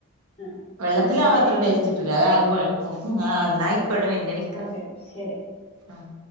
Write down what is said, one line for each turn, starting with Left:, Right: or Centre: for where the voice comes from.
Left: ആഹ്
Right: വെള്ളത്തിലാവുത്ര
Left: എന്നാ ശരി
Right: ടേസ്റ്റിട്ടൂല.
Left: ആഹ്
Right: അതാകെ കൊഴക്കും. ആ ന്നായിക്കോട്ടെ. പിന്നെ വിളിക്കാ.
Left: ഓക്കെ ശരി
Right: ആഹ്.